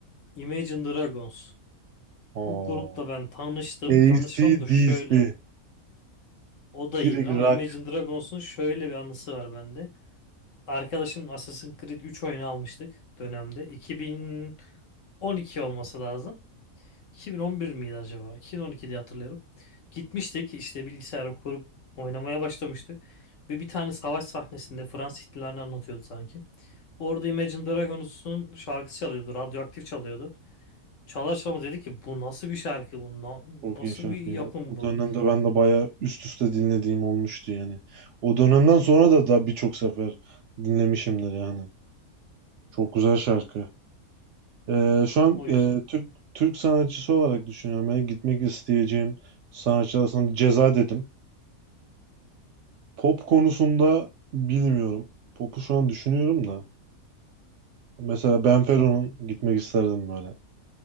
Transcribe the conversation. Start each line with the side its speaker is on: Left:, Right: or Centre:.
Left: Imagine Dragons.
Right: o
Left: Bu grupla ben tanıştım.
Right: AC/DC.
Left: Tanışmam da şöyle. O da
Right: Direkt
Left: iyidir ama
Right: rock.
Left: Imagine Dragons'un şöyle bir anısı var bende. Arkadaşım Assassin's Creed 3 oyunu almıştık dönemde. 2012 olması lazım. 2011 miydi acaba? 2012 diye hatırlıyorum. Gitmiştik işte bilgisayarı kurup oynamaya başlamıştık. Ve bir tane savaş sahnesinde Fransız ihtilalini anlatıyordu sanki. Orada Imagine Dragons'un şarkısı çalıyordu. Radyoaktif çalıyordu. Çalarsa'mız dedi ki bu nasıl bir şarkı bu na-
Right: Çok
Left: nasıl
Right: iyi şarkı
Left: bir yapım
Right: ya. O
Left: bu.
Right: dönemde ben de bayağı üst üste dinlediğim olmuştu yani. O dönemden sonra da daha birçok sefer dinlemişimdir yani. Çok güzel şarkı. Ee, şu an
Left: O
Right: e,
Left: yüzden.
Right: Türk Türk sanatçısı olarak düşünüyorum. Yani gitmek isteyeceğim sanatçılar sana Ceza dedim. Pop konusunda bilmiyorum. Pop'u şu an düşünüyorum da. Mesela Ben Fero'nun gitmek isterdim böyle.